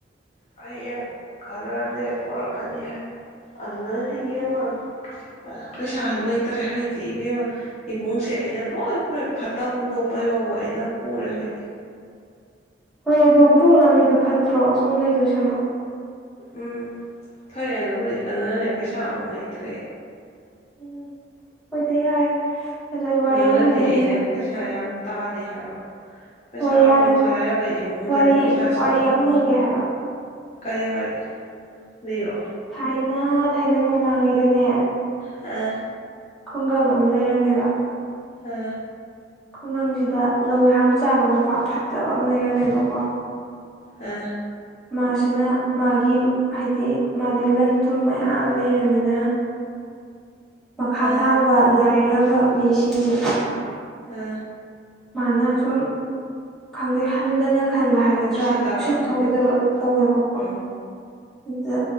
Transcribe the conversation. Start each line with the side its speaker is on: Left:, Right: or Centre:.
Left: ꯍꯌꯦꯡ ꯈꯔ ꯂꯩ ꯄꯣꯔꯛꯀꯅꯤ ꯍꯥꯏ꯫ ꯑꯗꯨꯗ ꯑꯣꯏꯅ ꯌꯦꯡꯉꯨꯔꯒ
Centre: ꯎꯝ
Left: ꯑꯥꯦ ꯄꯩꯁꯥꯁꯨ ꯂꯩꯇ꯭ꯔꯦ ꯍꯧꯖꯤꯛꯇꯤ ꯏꯕꯦꯝꯃ꯫ ꯏꯕꯨꯡꯁꯦ ꯑꯩꯅ ꯂꯣꯏ ꯄꯨꯔꯦ ꯐꯠꯇ ꯍꯨꯟꯗꯣꯛꯄꯩ ꯐꯥꯎꯕ ꯑꯩꯅ ꯄꯨꯔꯦ ꯍꯣꯏ꯫
Centre: ꯍꯣꯏ ꯑꯗꯨ ꯄꯨꯡ ꯉꯝꯃꯤꯗꯣ ꯐꯠꯇ꯭ꯔꯣ ꯁꯨꯝ ꯂꯩꯗꯣꯏ ꯁꯔꯨꯛ꯫
Left: ꯎꯝ ꯐꯩ ꯑꯗꯨꯕꯨꯗꯤ ꯑꯗꯨꯗꯅꯦ ꯄꯩꯁꯥ ꯑꯝꯕꯨꯛ ꯂꯩꯇ꯭ꯔꯦ꯫
Centre: ꯎꯝ ꯍꯣꯏꯗ ꯌꯥꯔꯦ, ꯑꯗꯣ ꯑꯩ ꯋꯥꯔꯤ
Left: ꯅꯪꯅꯗꯤ
Centre: ꯑꯃ ꯂꯤꯕꯤꯒꯦꯁꯦ꯫
Left: ꯑꯩꯅ ꯄꯩꯁꯥ ꯌꯥꯝ ꯇꯥꯂꯤ ꯍꯥꯏꯕ꯫ ꯄꯩꯁꯥ
Centre: ꯍꯣꯏ
Left: ꯑꯃꯨꯛ
Centre: ꯌꯥꯔꯦ
Left: ꯂꯥꯏꯔꯕ ꯏꯃꯨꯡꯗꯗꯤ
Centre: ꯋꯥꯔꯤ
Left: ꯄꯩꯁꯥ ꯁꯤꯖꯤꯟꯅꯔꯦ꯫
Centre: ꯋꯥꯔꯤ ꯑꯃ ꯂꯤꯒꯦ ꯍꯥꯏꯕ
Left: ꯀꯔꯤ ꯋꯥꯔꯤ? ꯂꯤꯔꯣ
Centre: ꯊꯥꯏꯅ ꯊꯥꯏꯅ ꯃꯃꯥꯡꯉꯩꯗꯅꯦ
Left: ꯍ
Centre: ꯈꯨꯡꯒꯪ ꯑꯃ ꯂꯩꯔꯝꯃꯦꯕ꯫
Left: ꯍ
Centre: ꯈꯨꯡꯒꯪꯁꯤꯗ ꯂꯧ ꯌꯥꯝ ꯆꯥꯕ ꯅꯨꯄꯥ ꯐꯠꯇꯕ ꯑꯃ ꯂꯩꯔꯝꯃꯦꯕꯀꯣ꯫
Left: ꯍ
Centre: ꯃꯥꯁꯤꯅ ꯃꯥꯒꯤ ꯍꯥꯏꯗꯤ ꯃꯥꯗꯤ ꯂꯟ ꯊꯨꯝ ꯃꯌꯥꯝ ꯂꯩꯔꯃꯤꯅ ꯃꯈꯥ
Left: ꯑ
Centre: ꯊꯥꯕ ꯂꯥꯏꯔꯕ ꯃꯤꯁꯤꯡꯁꯦ
Left: ꯍ
Centre: ꯃꯥꯅ ꯁꯨꯝ ꯈꯪꯗꯦ ꯍꯟꯗꯅ ꯈꯟꯕ ꯍꯥꯏ ꯒꯗ꯭ꯔꯥ
Left: ꯎꯁꯤꯠꯇꯕ
Centre: ꯎꯁꯤꯠ ꯊꯧꯑꯣꯏꯗꯕ ꯇꯧꯋꯦꯕꯀꯣ
Left: ꯎꯝ
Centre: ꯑꯗꯨꯗ